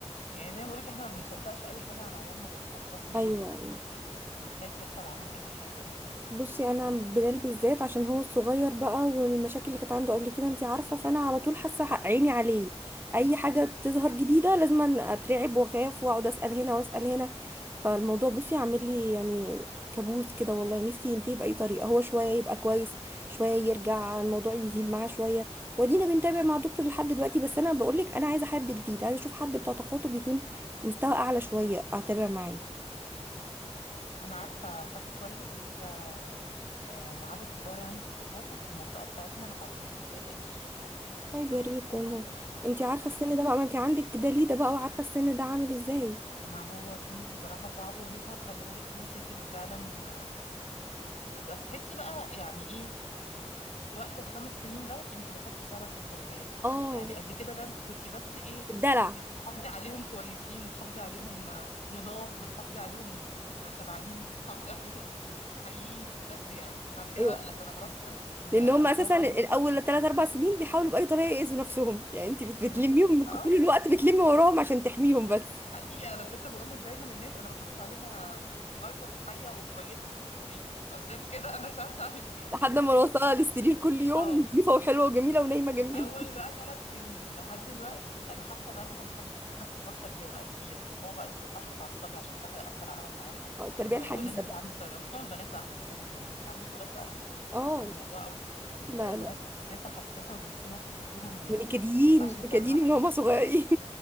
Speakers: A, on the left; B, on the right.
A: يعني زي ما بقولك احنا ما بنصدقش اي حاجة على عيالنا تحصل لهم
B: ايوه
A: ونخاف يحصل عليهم اي حاجة يعني
B: بصي انا بلال بالذات عشان هو الصغير بقى والمشاكل اللي كانت عنده قبل كده انت عارفه فانا على طول حاسه ح- عيني عليه اي حاجه تظهر جديده لازم أن اترعب واخاف واقعد اسال هنا واسال هنا فالموضوع بصي عامل لي يعني كابوس كده والله نفسي ينتهي باي طريقه هو شويه يبقى كويس شويه يرجع الموضوع يزيد معاه شويه ودينا بنتابع مع الدكتور لحد دلوقتي بس انا بقول لك انا عايزه حد جديد عايزه اشوف حد بتاع تخاطب يكون مستوى اعلى شويه اتابع معاه
A: انا عارفه حد كويس حتى آه، معاه دكتوراه يعني في التخاطب في المنطقه بتاعتنا هبعتهولك ما تقلقيش
B: طيب
A: عادي
B: يا ريت
A: خالص
B: والله
A: يعني
B: انت عارفه
A: لا
B: السن
A: عادي
B: ده بقى
A: خالص
B: ما انت عندك دليده بقى وعارفه السن ده عامل ازاي
A: ما هو سن بصراحه صعب وبيظهر خلي بالك في مشاكل فعلا آه، ده هتحسي بقى يعني ايه في وقت الخمس سنين ده انت دخلتي فعلا في التربية
B: اه
A: يعني قبل كده ده انت كنتي بس ايه
B: الدلع
A: بتحافظي عليهم كويسين بتحافظي عليهم آه، نضاف بتحافظي عليهم شبعانين بتحافظي عليهم <laughs> حيين بجد يعني بعد كده
B: ايوه
A: بقى لا ده انا بربي بقى ده
B: لان
A: ده
B: هم
A: الموضوع
B: اساسا
A: كبير
B: الاول ثلاث اربع سنين بيحاولوا باي طريقه يأذوا نفسهم يعني انت بت- بتلميهم
A: ب... اه
B: طول الوقت بتلمي وراهم عشان تحميهم بس
A: حقيقة انا كنت بقول دايما للناس انا بحافظ عليها يعني فايتال وحية وكويسة ونظيفة غير كده انا مش عارفة اعمل ايه
B: لحد
A: غير كده
B: ما نوصلها للسرير كل يوم
A: اه
B: نظيفه وحلوه وجميله ونايمه
A: من
B: جميله
A: اول بقى ثلاث سنين لحد دلوقتي انا حاسه بقى ان احنا دخلنا في حوار تربيه بقى كبير واللي هو بقى انت ما ينفعش تتعصبي عشان ده هيأثر على مشاعرها
B: <laughs> اه التربيه
A: وما-
B: الحديثه
A: ولازم تتعاملي
B: بقى
A: بطريقه خصوصا البنات بقى حساسه جدا انت عندك ولاد بقى انت مش
B: اه
A: حاسه بالموضوع قوي
B: لا
A: لا البنات
B: لا
A: حساسه حساسه وبيكتموا في نفسهم وما
B: من الكديين
A: ينفعش تزعقي
B: نكديين من هم صغيرين